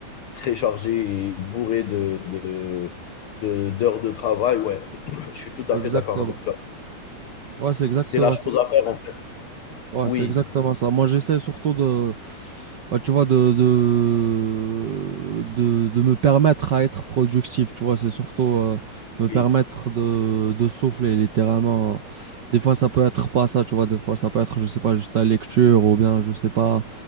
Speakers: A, on the left (about 75°); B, on the right (about 65°).
A: très chargé et bourré de, de, de- d'heures de travail, ouais, <clears throat> <coughs> je suis tout à
B: Exactement.
A: fait d'accord avec toi.
B: Ouais, c'est exactement
A: C'est la chose
B: ça.
A: à faire en fait.
B: Ouais,
A: Oui,
B: c'est exactement ça. Moi, j'essaie surtout de, bah, tu vois, de, de, de, de me permettre à être productif. Tu vois, c'est surtout euh, me
A: oui,
B: permettre de, de souffler, littéralement. Des fois, ça peut être pas ça, tu vois. Des fois, ça peut être, je sais pas, juste la lecture ou bien, je sais pas,